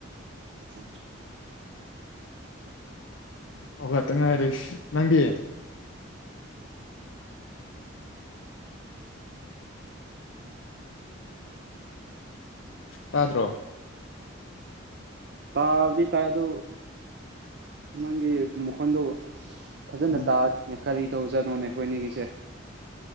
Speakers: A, on the right (about 55°); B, on the left (about 75°).
A: ꯁ
B: ꯑꯣꯈꯇ ꯉꯥꯏꯔꯤꯁ ꯅꯪꯒꯤ ꯇꯥ꯭ꯔꯣ
A: ꯇꯥꯕꯗꯤ ꯇꯥꯏ ꯑꯗꯨ ꯅꯪꯒꯤ ꯃꯈꯣꯟꯗꯨꯣ ꯐꯖꯅ
B: ꯎꯝ
A: ꯇꯥꯛꯑꯅꯦ ꯀꯔꯤ ꯇꯧꯖꯥꯅꯣꯅꯦ ꯑꯩꯈꯣꯏꯅꯤꯒꯤꯁꯦ